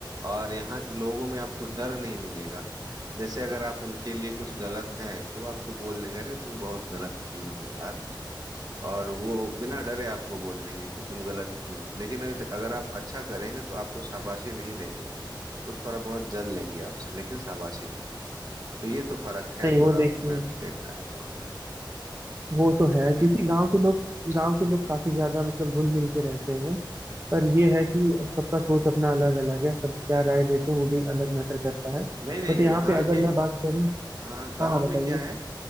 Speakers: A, on the right; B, on the right.
A: और यहाँ के लोगों में आपको डर नहीं मिलेगा जैसे अगर आप उनके लिए कुछ गलत हैं तो वो आपको बोल देंगे अरे तुम बहुत गलत किए हो यार और वो बिना डरे आपको बोल देंगे कि तुम गलत किए हो लेकिन अगर अगर आप अच्छा करेंगे तो आपको शाबाशी नहीं देंगे वो थोड़ा बहुत जल लेंगे आपसे लेकिन शाबाशी नहीं देंगे तो ये तो फर्क है
B: नहीं
A: थोड़ा
B: वो देखते
A: मैंने
B: हैं
A: देखा है गांव में
B: वो तो है
A: ठीक
B: क्योंकि
A: है
B: गांव के लोग गांव के लोग काफी ज्यादा मतलब घुल मिल के रहते हैं पर ये है कि सबका सोच अपना अलग अलग है सब क्या राय देते हैं वो भी अलग मैटर करता है
A: नहीं नहीं
B: बट यहाँ
A: यहाँ
B: पे अगर
A: के
B: मैं बात करूँ
A: हाँ गांव
B: हाँ हाँ बताइए
A: में क्या है